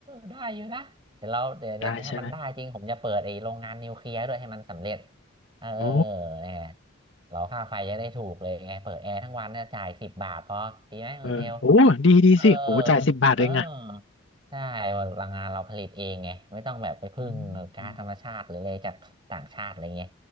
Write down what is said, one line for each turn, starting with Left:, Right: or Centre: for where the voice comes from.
Right: ได้อยู่นะ เดี๋ยวเราเดี๋ยวเดี๋ยวถ้ามันได้จริงผมจะเปิดไอ้โรงงานนิวเคลียร์ด้วยให้มันสำเร็จ
Left: ได้ใช่ไหม
Right: เออ
Left: โอ้
Right: เนี่ยเราค่าไฟจะได้ถูกเลยไงเปิดแอร์ทั้งวันเนี่ยจ่ายสิบบาทพอดีไหมคุณเชล
Left: เออโอ้ดีดีสิโอ้จ่ายสิบบาทเองอะ
Right: เออ เออ ใช่พลังงานเราผลิตเองไงไม่ต้องแบบไปพึ่งก๊าซธรรมชาติหรืออะไรจากต่างชาติอะไรเงี้ย
Left: อืมอืม